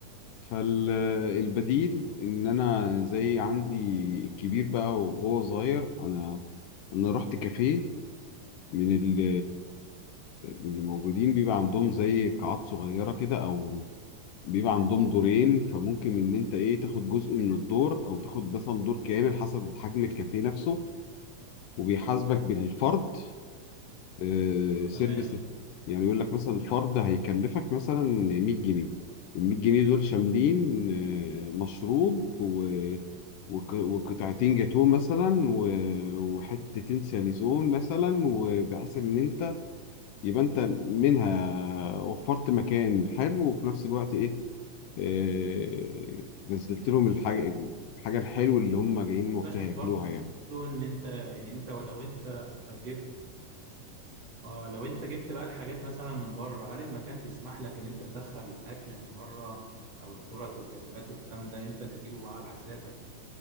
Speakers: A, on the left; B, on the right.
A: فالبديل ان انا زي عندي الكبير بقى وهو صغير انا انا رحت كافيه من ال من الموجودين بيبقى عندهم زي قاعات صغيره كده او بيبقى عندهم دورين فممكن ان انت ايه تاخد جزء من الدور او تاخد مثلا دور كامل حسب حجم الكافيه نفسه وبيحاسبك بالفرد آه، سيرفيس
B: تمام
A: يعني يقول لك مثلا الفرد هيكلفك مثلا 100 جنيه ال 100 جنيه دول شاملين آه، مشروب و... وك... وقطعتين جاتوه مثلا و... وحتتين ساليزون مثلا وبحيث ان انت يبقى انت منها وفرت مكان حلو وفي نفس الوقت ايه آه، نزلت لهم الحاجة الحاجة الحلوة اللي هم جايين وقتها
B: انا شايف
A: ياكلوها
B: برضو
A: يعني
B: ان انت يعني انت ولو انت جبت اه لو انت جبت بقى الحاجات مثلا من بره هل المكان بيسمح لك ان انت تدخل اكل من بره او التورت والجاتوهات والكلام ده انت اللي تجيبه بقى على حسابك